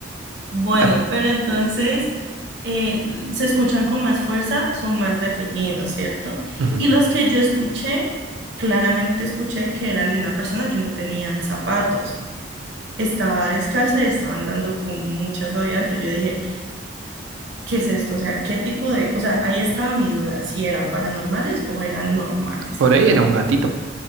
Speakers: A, on the right; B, on the right.
A: Bueno,
B: <laughs> Dale.
A: pero entonces eh, se escuchan con más fuerza, son más definidos, ¿cierto?
B: Ujú.
A: Y los que yo escuché, claramente escuché que eran de una persona que no tenían zapatos. Estaba descalza y estaba andando con mucha suavidad. Entonces yo dije, ¿qué es esto? O sea, ¿qué tipo de, o sea, ahí estaba mi duda, si eran paranormales o eran normales.
B: Por ahí era un gatito.